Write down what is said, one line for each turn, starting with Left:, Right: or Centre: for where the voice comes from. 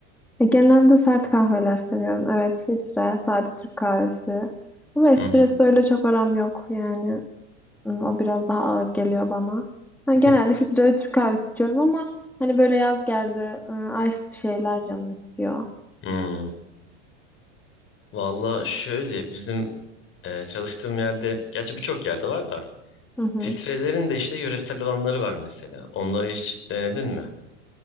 Centre: E, genelde sert kahveler seviyorum. Evet, filtre, sade Türk kahvesi. Ama espresso
Left: Hı hı.
Centre: ile çok aram yok yani. Hmm, O biraz daha ağır geliyor bana. Yani genelde
Left: <laughs>
Centre: filtre ve Türk kahvesi içiyorum ama hani böyle yaz geldi, ıı, ice bir şeyler canım istiyor.
Left: Hmm. Valla şöyle bizim e, çalıştığım yerde gerçi birçok yerde var da
Centre: Hı hı.
Left: filtrelerin de işte yöresel olanları var mesela. Onları hiç denedin mi?